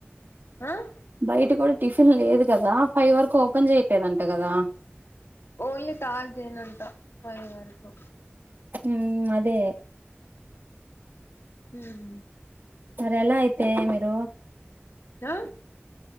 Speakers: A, on the left (about 70°); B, on the right (about 50°).
A: ఆ
B: బయట కూడా టిఫిన్ లేదు కదా ఫైవ్ వరకు ఓపెన్ చేయట్లేదంట గదా.
A: ఓన్లీ తార్సడే నంటా ఫై వరకు
B: ఊ అదే
A: హ్మూ
B: మరి ఎలా అయితే మిరు
A: ఆ